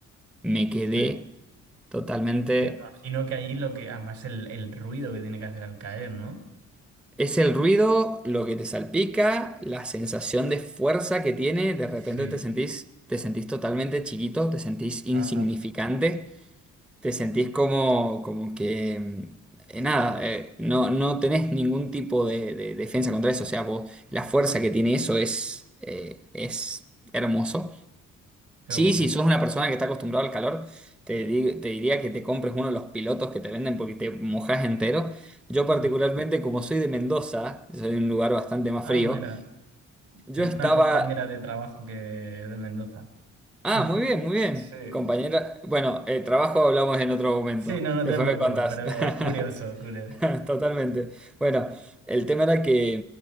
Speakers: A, in the centre; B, on the right.
A: Me quedé
B: Sí.
A: totalmente...
B: Que imagino que ahí lo que, además el, el ruido que tiene que hacer al caer, ¿no?
A: Es el ruido, lo que te salpica, la sensación de fuerza que tiene. De repente
B: Sí.
A: te sentís, te sentís totalmente chiquito, te sentís insignificante.
B: Ajá.
A: te sentís como, como que, mm, eh, nada, eh, no, no tenés ningún tipo de, de defensa contra eso. O sea, vos, la fuerza que tiene eso es, eh, es hermoso.
B: Qué
A: Sí,
B: guay.
A: si sos una persona que está acostumbrada al calor, te, di- te diría que te compres uno de los pilotos que te venden porque te mojás entero.
B: <laughs>
A: Yo particularmente,
B: Ujú.
A: como soy de Mendoza, soy de un lugar bastante más
B: Ah,
A: frío,
B: mira,
A: yo
B: tengo
A: estaba...
B: una compañera de trabajo que es de Mendoza.
A: Ah,
B: <laughs>
A: muy bien, muy bien.
B: Sí.
A: Compañera, bueno, el trabajo hablamos en otro momento.
B: Sí, no, no
A: Después
B: te preocupes,
A: me contás.
B: pero
A: <laughs>
B: es curioso, curioso.
A: <laughs> Totalmente. Bueno, el tema era que,